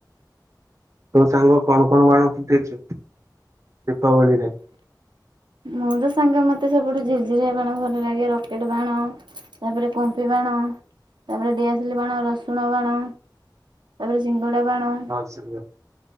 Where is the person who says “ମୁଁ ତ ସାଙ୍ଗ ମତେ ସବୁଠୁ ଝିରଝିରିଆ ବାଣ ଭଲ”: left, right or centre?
Right